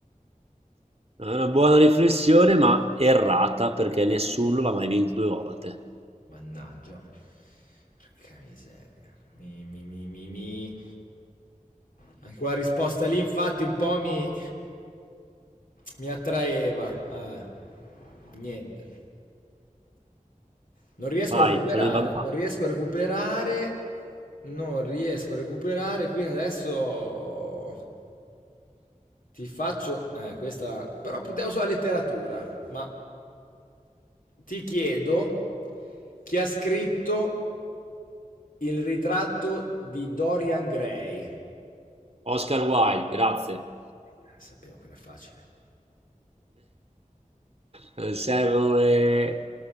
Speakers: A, on the right (about 45°); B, on the left (about 75°).
A: È una buona riflessione, ma errata perché nessuno l'ha mai vinto due volte.
B: Mannaggia. Porca miseria. Mi, mi, mi, mi, mi. Anche quella risposta lì, infatti, un po' mi, mi attraeva. Vabbè. Niente. Non riesco
A: Vai,
B: a recuperare.
A: sono in vantaggio.
B: Non riesco a recuperare. Non riesco a recuperare. Qui adesso ti faccio. Eh, questa. Però puntiamo sulla letteratura. Ma ti chiedo chi ha scritto il ritratto di Dorian Gray.
A: Oscar Wilde, grazie.
B: Eh, Sapevo che era facile.
A: Non servono le-